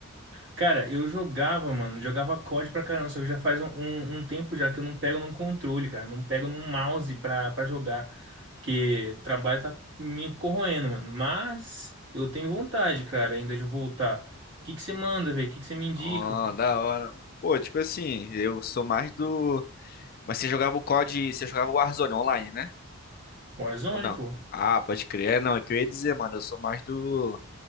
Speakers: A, on the right; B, on the left.
A: cara, eu jogava, mano, jogava COD pra caramba, só que já faz um, um- um tempo já que eu não pego num controle, cara, não pego num mouse pra, pra jogar, porque o trabalho tá me corroendo, mano. Mas eu tenho vontade, cara, ainda de voltar. O que que você manda, velho? O que que você me indica,
B: Ó,
A: cara?
B: da hora, mano. Pô, tipo assim, eu sou mais do. Mas você jogava o COD, você jogava o Warzone online, né?
A: Warzone,
B: Ou não?
A: pô.
B: Ah, pode crer, É, não. É que eu ia dizer, mano, eu sou mais do.